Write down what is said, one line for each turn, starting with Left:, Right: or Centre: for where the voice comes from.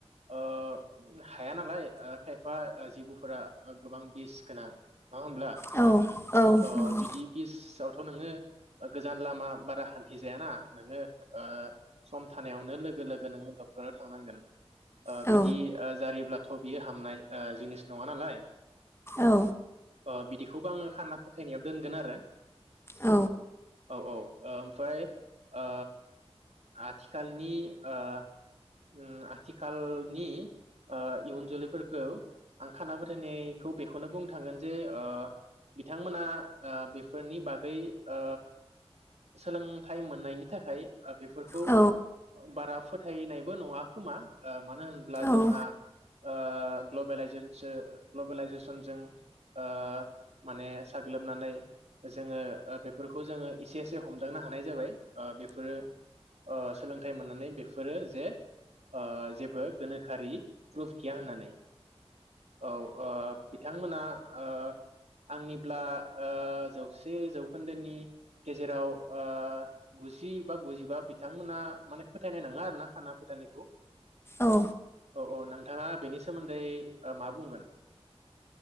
Right: ओ हाया नालाय खायफा जिेबौफोरा गोबां बिस गोनां ना होमब्ला
Left: औ औ
Right: अ
Left: नंगौ
Right: बिदि बिसआव थ' नोङो गोजान लामा बारा हान्थि जायाना नोङो ओ सम थानायावनो लोगो लोगो नोङो डक्टरनो थांनांगोन ओ
Left: औ
Right: बिदि ओ जारिब्लाथ' बियो हामनाय ओ जिनिस नङा नालाय।
Left: औ।
Right: ओ बिदिखौबो आङो खाना फोथायनायाव दोनगोन आरो
Left: औ
Right: औ औ ओमफ्राय ओ आथिखालनि ओ‌ ओं आथिखालनि ओ इयुन जोलैफोरखौ आं खाना फोथायनायखौ बेखौनो बुंनो थांगोन जे ओ बिथांमोना ओ बेफोरनि बागै ओ सोलोंथाइ मोननायनि थाखाय ओ बेफोरखौ
Left: औ
Right: बारा फोथायनायबो नङा खोमा ओ मानो होनब्ला जोंहा
Left: औ
Right: ओ ओ ग्लबेलाइजेसनजो ग्लबेलाइजेसनजों ओ माने साग्लोबनानै जोङो ओ बेफोरखौ जोङो एसे एसे हमदांनो हानाय जाबाय ओ बेफोरो ओ सोलों थाय मोननानै बेफोरो जे ओ जेबो गोनोखोआरि प्रफ गैया होननानै औ ओ बिथांमोना ओ आंनिब्ला ओ जौसे जौखोन्दोनि गेजेराव ओ गुजि बा गुजिबा बिथांमोना माने फोथायनाय नङा आरो ना खाना फोथायनायखौ।
Left: ओ
Right: औ औ नों नोंथाङा बेनि सोमोन्दै ओ मा बुंगोन?